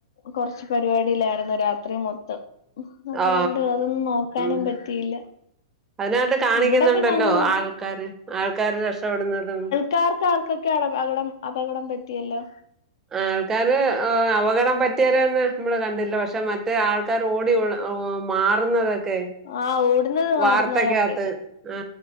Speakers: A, on the left; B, on the right.
A: കൊറച്ച് പരിപാടിയിലായിരുന്നു രാത്രി മൊത്തം അതുകൊണ്ട്
B: ആ. ഓ
A: അതൊന്നും നോക്കാനും
B: ഉം.
A: പറ്റിയില്ല
B: അതിനകത്ത് കാണിക്കുന്നുണ്ടല്ലോ
A: ഇവിടെ പിന്നെ അങ്ങനെ
B: ആൾക്കാര് ആൾക്കാര് രക്ഷപ്പെടുന്നതും
A: കാർ ക്കാർക്കൊക്കെ അടപ അടപകം അപകടം പറ്റിയല്ലോ
B: ആൾക്കാര് അപകടം പറ്റിയോരേന്നും നമ്മള് കണ്ടില്ല പക്ഷെ മറ്റേ ആൾ ആൾക്കാർ ഓടി മാറുന്നതൊക്കെ ക്കെ
A: ആഹ് ഓടുന്നത് മാറുന്നത്
B: വാർത്തക്കകത്ത്
A: കണ്ട്
B: ആ